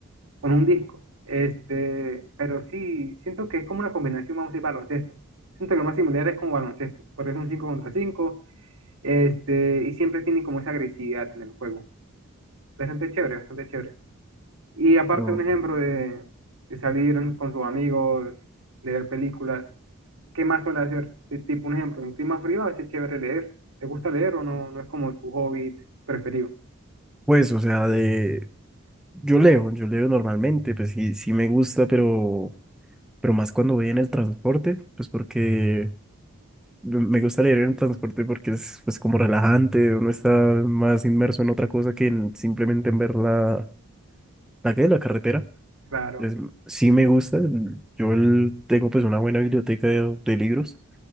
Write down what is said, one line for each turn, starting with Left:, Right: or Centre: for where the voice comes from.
Right: Con un disco. Este, pero sí, siento que es como una combinación, vamos a decir, baloncesto. Siento que lo más similar es con baloncesto, porque es un 5 contra 5 este, y siempre tienen como esa agresividad en el juego. Bastante chévere, bastante chévere. Y aparte
Centre: no,
Right: un ejemplo de, de salir con sus amigos, de ver películas, ¿qué más suele hacer? T- Tipo un ejemplo, en clima frío a veces es chévere leer. ¿Te gusta leer o no? No es como su hobby preferido.
Centre: pues o sea, de, yo leo, yo leo normalmente, pues sí, sí me gusta, pero... pero más cuando voy en el transporte, pues porque me gusta leer en el transporte porque es pues como relajante, uno está más inmerso en otra cosa que en simplemente en ver la, la, ¿qué? la carretera.
Right: Claro.
Centre: Entonces, sí me gusta, mm, yo el- tengo pues una buena biblioteca de, de libros,